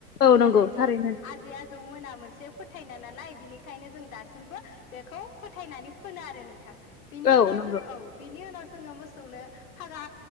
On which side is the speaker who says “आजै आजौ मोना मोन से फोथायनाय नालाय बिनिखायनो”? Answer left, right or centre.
Left